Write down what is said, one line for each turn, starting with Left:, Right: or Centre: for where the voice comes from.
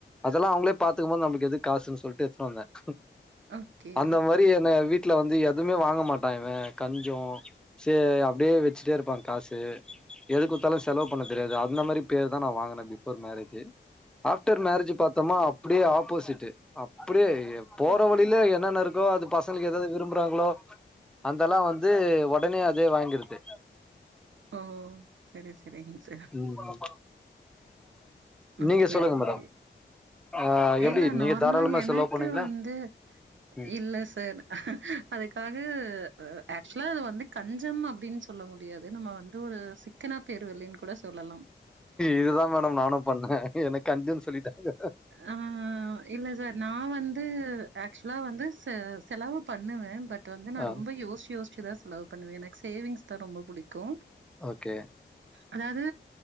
Centre: அதெல்லா அவங்களே பாத்துக்கும்போது நம்மளுக்கு எதுக்கு காசுன்னு சொல்லிட்டு எடுத்துட்டு வந்தேன்
Right: ஓகே.
Centre: அந்த மாதிரி என்ன வீட் டுல வந்து எதுவுமே வாங்க மாட்டான் இவ கஞ்சோ சேர் அப்டியே வச்சுட்டே இருப்பா காஸ் ஸு எது குடுத்தாலு செலவு பண்ண தெரியாது அந்த மாதிரி பேரு தா நா வாங்கினே பிபோர் மேரேஜ்ஜு ஆஃப்டர் மேரேஜ் பாத்தோமா அப்டியே ஆப்போசிட்டு அப்டியே போற
Right: ம்.
Centre: வழியில என்னென்ன இருக்கோ அது பசங்களுக்கு எதெது விரும்புறாங்களோ அதெல்லா வந்து உடனே அதே வாங்கிரது
Right: ஓ செரி செ சரிங்க சார்
Centre: ம்.
Right: ஓகே
Centre: நீங்க சொல்லுங்க
Right: ஓகே
Centre: மேடம். ஆ எப்டி
Right: இல்ல
Centre: நீங்க
Right: நார்மலா
Centre: தாராளமா
Right: எனக்கு
Centre: செலவு பண்ணுவீங்களா
Right: வந்து
Centre: ம்
Right: இல்ல சார் அதுக்காக ஆக்சுவலா அது வந்து கஞ்சம் அப்படின்னு சொல்ல முடியாது நம்ம வந்து ஒரு த்துனா பேர்வர்லின்னு கூட சொல்லலாம்
Centre: இதுதா மேடம் நானும் பண்ணே எனக்கு கஞ்சன்னு சொல்லிட்டாங்க
Right: ஆ இல்ல சார் நா வந்து ஆக்சுவலா வந்து செ செலவு பண்ணுவேன் பட் வந்து நான்
Centre: ஆ
Right: ரொம்ப யோசிச்சு யோசிச்சுதா செலவு பண்ணுவே எனக்கு சேவிங்ஸ் தா ரொம்ப பிடிக்கு
Centre: ஓகே
Right: அதாவது